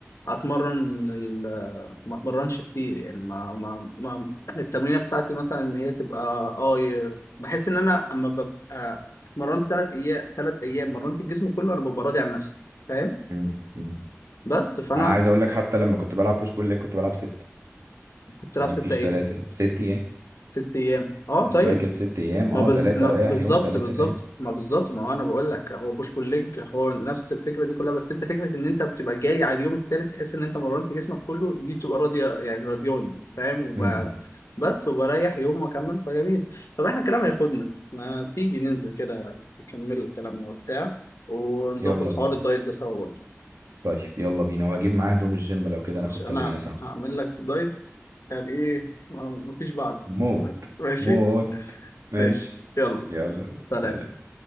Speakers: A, on the left; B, on the right.
A: أتمرن ال- ما أتمرنش كتير يعني ما ما, ما التمرينة بتاعتي مثلا إن هي تبقى أه ي- بحس إن أنا أما ببقى اتمرنت تلات أيام تلات أيام مرنت الجسم كله أنا ببقى راضي عن نفسي فاهم
B: مم. مم.
A: بس فانا
B: انا عايز اقول لك حتى لما كنت بلعب بوش بول ليج كنت بلعب ست
A: كنت لابس
B: ما فيش
A: ستة ايه
B: ثلاثه دي ست ايام
A: ست ايام اه
B: السايكل
A: طيب
B: ست ايام اه
A: ما, بز...
B: ثلاثه
A: ما
B: رايح
A: بالظبط
B: يوم ثلاثه
A: بالظبط
B: تاني
A: ما بالظبط ما هو انا بقول لك هو بوش بول ليج هو نفس الفكره دي كلها بس انت فكره ان انت بتبقى جاي على اليوم التالت تحس ان انت مرنت جسمك كله دي بتبقى راضيه يعني راضياني فاهم وب...
B: مم.
A: بس وبريح يوم واكمل فجميل طب احنا الكلام هياخدنا ما تيجي ننزل كده نكمل كلامنا وبتاع ونظبط
B: يلا بينا
A: حوار الدايت ده سوا برضه
B: طيب يلا بينا وهجيب معاه هدوم الجيم لو كده ناخد
A: مش انا
B: تمرينه سوا
A: هعمل لك دايت يعني ايه ما- مفيش بعد
B: موت
A: ماشي
B: موت ماشي
A: ماشي يلا
B: يلا
A: سلام
B: بينا سلام